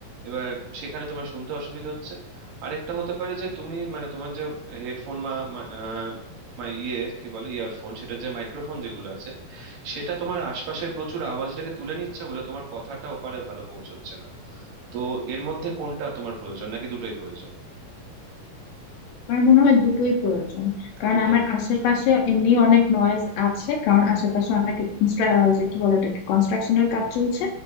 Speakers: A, on the right; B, on the left.
A: এবার সেখানে তোমার শুনতে অসুবিধা হচ্ছে আরেকটা হতে পারে যে তুমি মানে তোমার যে হেডফোন বা মা- আহ, মানে ইয়ে কি বলে ইয়ারফোন সেটা যে মাইক্রোফোন যেগুলো আছে সেটা তোমার আশপাশের প্রচুর আওয়াজটাকে তুলে নিচ্ছে বলে তোমার কথাটা ওপারে ভালো পৌঁছচ্ছে না তো এর মধ্যে কোনটা তোমার প্রয়োজন নাকি দুটোই প্রয়োজন
B: আমার মনে হয় দুটোই প্রয়োজন কারণ
A: দুটোই
B: আমার
A: প্রয়োজন
B: আশেপাশে এমনি অনেক নয়েজ আছে কারণ আশেপাশে অনেক ইনস্ট্রা- যে কি বলে এটাকে কনস্ট্রাকশনের কাজ চলছে